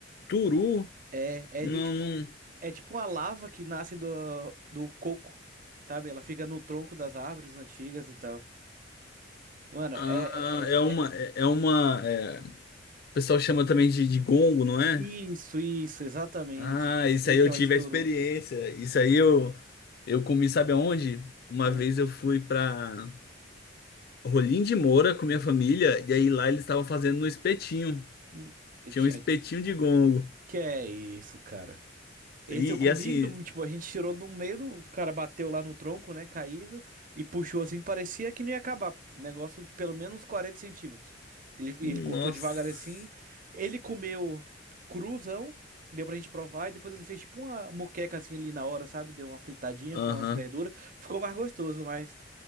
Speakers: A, on the left (about 55°); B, on the right (about 45°).
A: Turu?
B: É, é
A: Não,
B: de tipo,
A: não.
B: é tipo uma lava que nasce do, do coco, sabe? Ela fica no tronco das árvores antigas e tal. Mano,
A: Ah,
B: é,
A: é uma,
B: é, é
A: é é uma, é, O pessoal chama também de, de gongo, não é?
B: Isso, isso, exatamente.
A: Ah,
B: Tem
A: isso
B: gente
A: aí
B: que chama
A: eu tive
B: de toru.
A: a experiência. Isso aí eu, eu comi, sabe aonde? Uma
B: Onde?
A: vez eu fui pra Rolim de Moura com minha família e aí lá eles estavam fazendo no espetinho.
B: Hum, Eu
A: Tinha
B: tinha...
A: um espetinho de gongo.
B: Que é isso, cara? Esse
A: E,
B: eu comi,
A: e assim,
B: do- tipo, a gente tirou no meio, do- o cara bateu lá no tronco, né, caído, e puxou assim, parecia que não ia acabar. pô. Negócio de pelo menos 40 centímetros. Ele,
A: nossa.
B: ele cortou devagar assim, ele comeu cruzão, deu pra gente provar, e depois ele fez tipo uma moqueca assim ali na hora, sabe? Deu uma fritadinha
A: Aham.
B: com as verduras. Ficou mais gostoso, mas